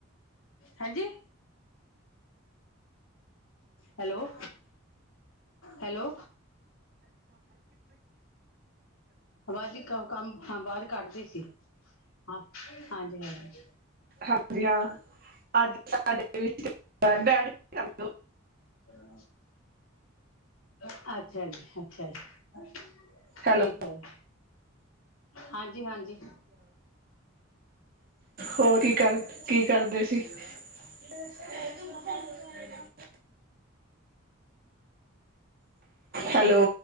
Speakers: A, on the left; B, on the right.
A: ਹੈਜੀ। Hello hello. ਵਾਜ਼ ਕੰਮ ਆ ਬਾਅਦ ਕੱਢਦੇ ਸੀ, ਹਾਂ, ਹਾਂਜੀ, ਹਾਂਜੀ
B: ਹਾਂਜੀ ਹਾਂ ਅੱਜ ਸਾਡੇ ਬੈ <unintelligible>
A: ਹਾ ਅੱਛਾ ਜੀ, ਅੱਛਾ ਜੀ।
B: ਹੈਲੋ
A: ਠੀਕ ਆ ਜੀ, ਹਾਂਜੀ, ਹਾਂਜੀ।
B: ਹੋਰ ਕੀ ਕਰ, ਕੀ ਕਰਦੇ ਸੀ। ਫ <unintelligible> ਹੈਲੋ